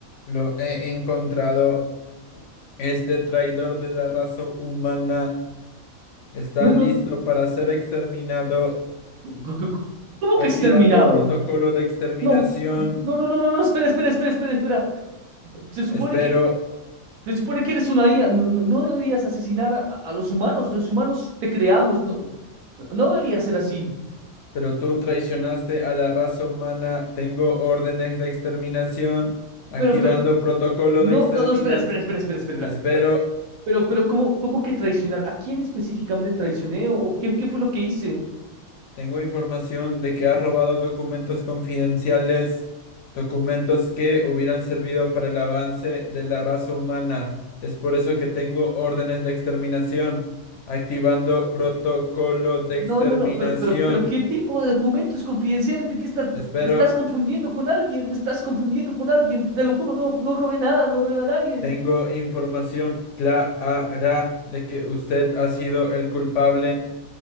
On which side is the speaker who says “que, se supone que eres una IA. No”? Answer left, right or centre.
Right